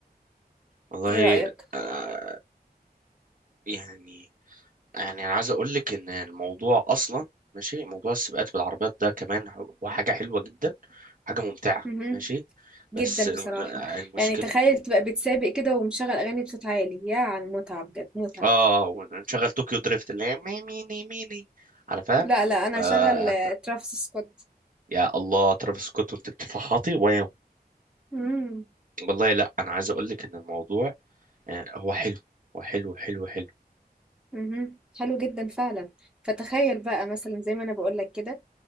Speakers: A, on the right; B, in the centre.
A: والله
B: ايه
A: آه يعني يعني انا عايز اقول لك ان الموضوع اصلا ماشي موضوع السباقات بالعربيات ده كمان هو حاجه حلوه جدا حاجه ممتعه
B: رأيك
A: ماشي
B: جدا
A: بس
B: بصراحة
A: المشكله
B: يعني تخيل تبقى بتسابق كده ومشغل أغاني بصوت عالي يا على المتعة بجد متعة
A: اه ونشغل طوكيو دريفت اللي هي ميني ميني عارفها
B: لا لا أنا
A: آه،
B: هشغل آه، ترافيس سكوت
A: يا الله ترافيس سكوت وانت بتفحطي وياه
B: امم
A: والله لا انا عايز اقول لك ان الموضوع آه، هو حلو هو حلو حلو حلو
B: امم حلو جدا فعلا فتخيل بقى مثلا زي ما أنا بقولك كده